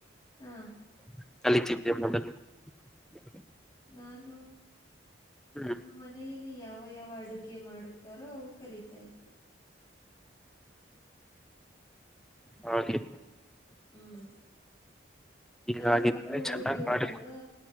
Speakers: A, on the left; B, in the centre.
A: ಹಾ
B: <unintelligible>
A: ನಾನು
B: ಹ್ಮ್
A: ನಮ್ಮ ಮನೆಯಲ್ಲಿ ಯಾವ ಯಾವ ಅಡುಗೆ ಮಾಡುತ್ತ ತಾರೋ ಅವು ಕಲೀತಾ ಇದ್ದೆ
B: <unintelligible>
A: ಹ್ಮ್
B: ಹೀಗಾಗಿದ್ದರೆ
A: ನಾನು ಮೊನ್ನೆ ಊರ್ಗೆ
B: ಚೆನ್ನಾಗ್
A: ಹೋದಾಗ
B: ಮಾಡಿ